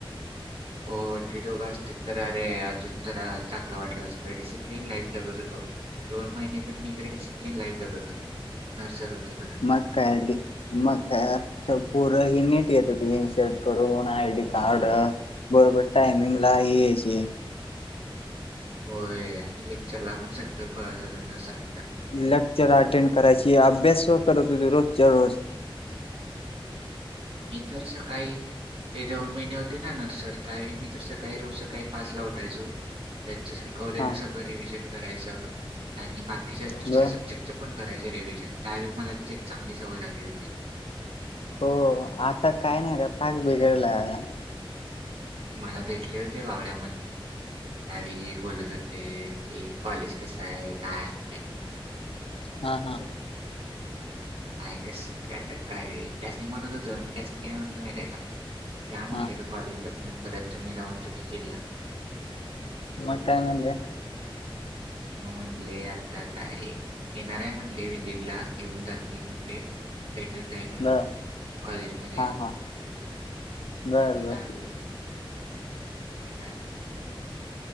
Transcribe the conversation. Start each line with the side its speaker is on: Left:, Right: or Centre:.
Right: हो ते दोघं असतील तर अरे अजून जरा चांगलं वाटलं असतं डिसिप्लिन लाईफ लगत होतो. दोन महिने तर मी तरी डिसिप्लिन लाईफ जगत होतो नर्सर होते खरं,
Left: मग कायडी, मग पुूरं ही नीट येत होती इनशर्ट करून आय डी कार्ड. बरोबर टायमिंग ला ह यायचे,
Right: होय आणि एक चला पण सगळं कळत हो त्यांना साऱ्यांच्या,
Left: लेक्चर अटेंड कयची अभ्यास करत रोज च रज,
Right: मी तर सकाळी, ते दोन महिने होते ना नर्सर का मी काही रोज सकाळी पाचला उठायचं, त्यांच कले
Left: हा
Right: सगळं रिव्हजन करायचं आणि बाकीच्या दुसऱ्या
Left: ब
Right: सब्जेक्टच, पण करायचे रिव्हिजन त्यावेळी मला त एक चांगली सवय लागली होती.
Left: हो आता काय नाही रे पाक बिघडला आहे.
Right: मला भेटले होते बावड्यामध्ये त्यावी बोलत होते, ते कि कॉलेज कस आहे काय आहे,
Left: हा हा.
Right: काय कस आता काय त्याचनी म्हणत तच मी त्याचनी काय म्हटलं माहितीय का म्हंटलंय
Left: हा
Right: त, कॉलेजला तुम्ही परत तुम्ही जाऊन चुकी के,
Left: म काय मनले,
Right: म म्हणले आता काय येणार आहे म्हणले विजिट ला येऊन जातील म्हण. भेटून जायल म्ह
Left: बर
Right: कॉलेज मध्ये,
Left: हा हा बर
Right: तेिक
Left: बर
Right: आलेली टिक आलेली.